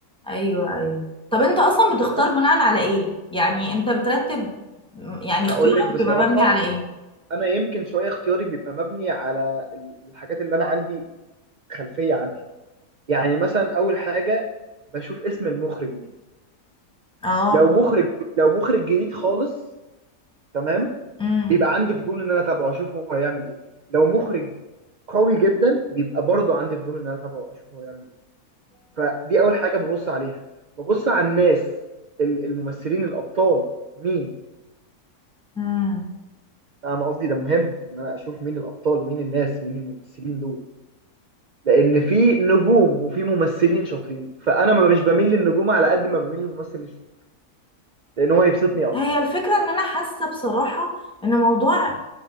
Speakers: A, in the centre; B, on the right.
A: ايوه ايوه طب انت اصلا بتختار
B: بس
A: بناء على ايه يعني انت بترتب يعني اختيارك
B: هقول لك بصراحة
A: بيبقى مبني على ايه
B: انا يمكن شوية اختياري بيبقى مبني على الحاجات اللي انا عندي خلفية عنها يعني مثلا اول حاجة بشوف اسم المخرج مين
A: اه
B: لو مخرج لو مخرج جديد خالص تمام
A: امم
B: بيبقى عندي فضول ان انا اتابعه اشوف هو هيعمل ايه لو مخرج قوي جدا بيبقى برضه عندي فضول ان انا اتابعه اشوف هو هيعمل ايه فدي اول حاجه ببص عليها ببص على الناس ال- الممثلين الابطال مين
A: امم
B: انا قصدي ده مهم ان انا اشوف مين الابطال مين الناس مين الممثلين دول لان في نجوم وفي ممثلين شاطرين فانا ما مش بميل للنجوم على قد ما بميل للممثل الشاطر لان هو يبسطني اكتر
A: هي الفكرة ان انا حاسة بصراحة ان موضوع